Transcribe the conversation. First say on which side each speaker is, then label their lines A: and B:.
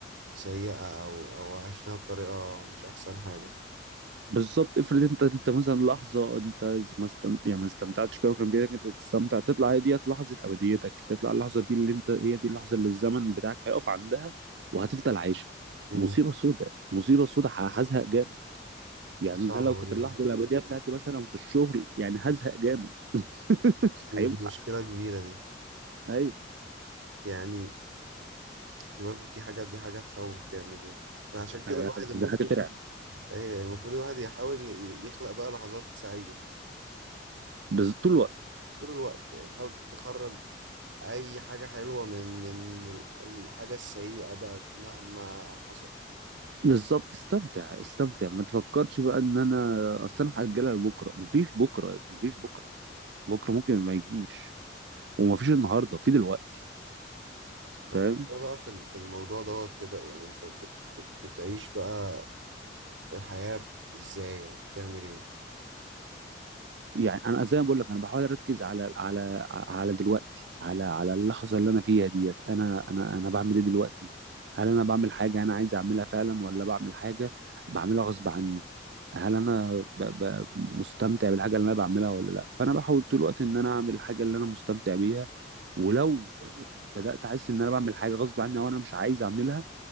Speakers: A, on the right; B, on the right.
A: سيئة أو أو عشناها بطريقة مش أحسن حاجة
B: بالظبط افرض انت انت مثلا لحظه انت ما استم... يعني ما استمتعتش فيها وكان في ايدك انت تستمتع تطلع هي ديت لحظه ابديتك تطلع اللحظه دي اللي انت هي دي اللحظه اللي الزمن بتاعك هيقف عندها وهتفضل عايشه
A: مم.
B: مصيبه سوداء مصيبه سوداء ه- هزهق جامد يعني
A: دي صعبة
B: انا لو كانت
A: برضه.
B: اللحظه الابديه بتاعتي مثلا في الشغل يعني هزهق جامد <laughs> مش
A: دي
B: هينفع
A: دي مشكلة كبيرة دي
B: ايوه
A: يعني دي برضه دي حاجة دي حاجة تخوف جامد يعني فعشان كده
B: آه،
A: الواحد المفروض
B: ده حاجه ترعب
A: إيه، المفروض الواحد يحاول ي- ي- يخلق بقى لحظات سعيدة
B: بز... طول الوقت
A: طول الوقت يعني تحاول تخرج اي حاجه حلوه من من الحاجه السيئه بقى مهما حصل
B: بالظبط استمتع استمتع ما تفكرش بقى ان انا اصل انا هاجلها لبكره مفيش بكره مفيش بكره بكره ممكن ما يجيش ومفيش النهارده في دلوقتي فاهم
A: طب وانت بقى في ال- في الموضوع دوت كده يعني انت بت بت بتعيش بقى الحياه ازاي يعني بتعمل ايه
B: يعني انا زي ما بقول لك انا بحاول اركز على على على دلوقتي على على اللحظه اللي انا فيها ديت انا انا انا بعمل ايه دلوقتي هل انا بعمل حاجه انا عايز اعملها فعلا ولا بعمل حاجه بعملها غصب عني هل انا ب... ب... مستمتع بالحاجه اللي انا بعملها ولا لا فانا بحاول طول الوقت ان انا اعمل الحاجه اللي انا مستمتع بيها ولو بدات احس ان انا بعمل حاجه غصب عني او انا مش عايز اعملها